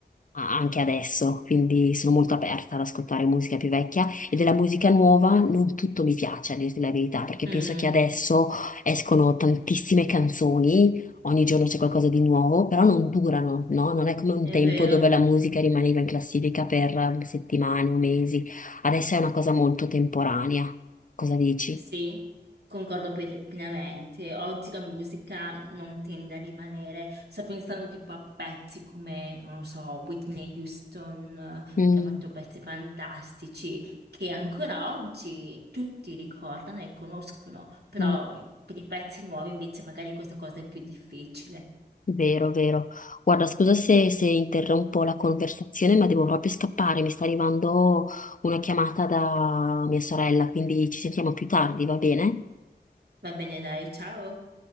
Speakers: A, on the left; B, on the right.
A: a- anche adesso, quindi sono molto aperta ad ascoltare musica più vecchia e della musica nuova non tutto mi piace, a dirti la verità, perché
B: Mm,
A: penso che adesso escono tantissime canzoni, ogni giorno c'è qualcosa di nuovo, però non durano, no? Non è come un
B: è
A: tempo
B: vero.
A: dove la musica rimaneva in classifica per eh, settimane o mesi, adesso è una cosa molto temporanea. Cosa dici?
B: Sì, concordo pe- pienamente. Oggi la musica non tende a rimanere. Sto pensando tipo a pezzi come, non lo so, Whitney Houston, eh,
A: Mm,
B: che ha fatto pezzi fantastici, che ancora oggi tutti ricordano e conoscono, però
A: mm.
B: per i pezzi nuovi invece magari questa cosa è più difficile.
A: Vero, vero. Guarda, scusa se, se interrompo la conversazione, ma devo proprio scappare. Mi sta arrivando una chiamata da mia sorella, quindi ci sentiamo più tardi, va bene?
B: Va bene, dai, ciao.